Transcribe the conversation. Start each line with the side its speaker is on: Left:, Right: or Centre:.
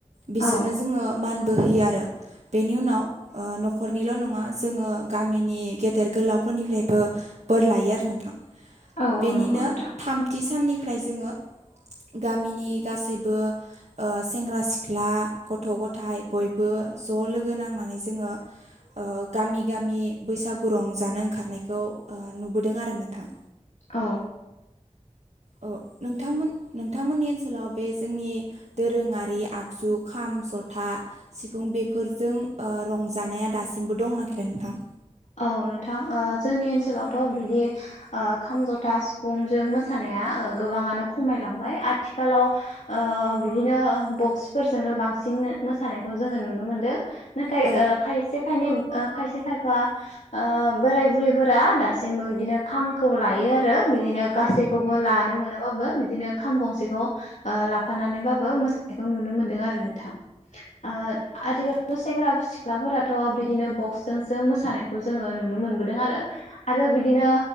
Right: बिसोरनो
Left: औ
Right: जोङो मान बो हैयो आरो। बेनि उनाव ओ न'खरनिल' नङा जोङो गामिनि गेदेर गोलाव फोरनिफ्रायबो बोर लायो आरो नोंथां।
Left: औ औ
Right: बेनिनो
Left: नंगौ नोंथां
Right: थामथि साननिफ्राय जोङो गामिनि गासैबो ओ सेंग्रा सिख्ला गथ' गथाय बयबो ज' लोग गो नांनानै जोङो ओ गामि गामि बैसागु रंजानो ओंखारनायखौ ओ नुबोदों आरो नोंथां।
Left: औ
Right: औ नोंथांमोन नोंथांमोननि ओनसोलाव बे जोंनि दोरोङारि आगजु खाम, जथा, सिफुं बेफोरजों ओ रंजानाया दासिमबो दं ना गैला नोंथां?
Left: औ नोंथां ओ जोंनि ओनसोलावथ' बिदि ओ खाम, जथा, सिफुंजों मोसानाय या ओ गोबाङानो खमायलांबाय आथिखालाव ओ बिदिनो बक्सफोरजोंनो बां सिन मोसानायखौ जोङो नुनो मोनदों। नाथाय
Right: औ
Left: ओ खायसे खायनै खायसे खायफा ओ बोराय बुरैफोरा दासिमबो बिदिनो खामखौ लायो आरो बिदिनो गासैखौ बो‌ लानो मोनाबाबो बिदिनो खाम गंसेखौ ओ लाफानानैबाबो मोसानायखौ नुनो मोनदों आरो नोंथां। ओ आथिखालावथ' सेंग्रा सिख्लाफोराथ' बिदिनो बक्सजोंसो मोसानाय खौ जोङो नुनो मोनबोदों आरो। आरो बिदिनो